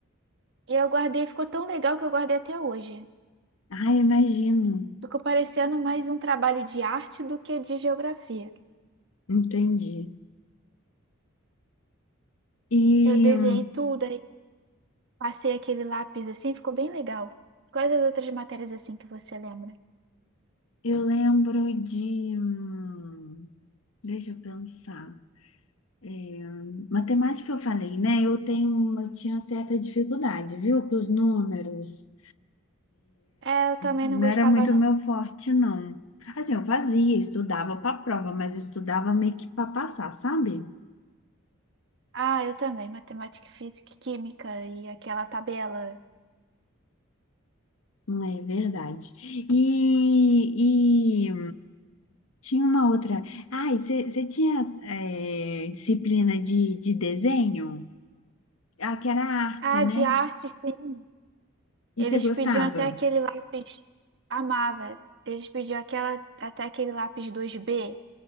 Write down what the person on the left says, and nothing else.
Ah, imagino.
Entendi. E
hum,
eu lembro de. hum, Deixa eu pensar. É, hum, matemática eu falei, né? Eu tenho, uma- eu tinha certa dificuldade, viu? Com os números.
Não
era muito
meu forte, não. Assim, eu fazia, estudava para prova, mas estudava meio que para passar, sabe?
É verdade. E, e tinha uma outra. Ah, e você tinha é, disciplina de, de desenho? Ah, que era arte,
né?
E você gostava?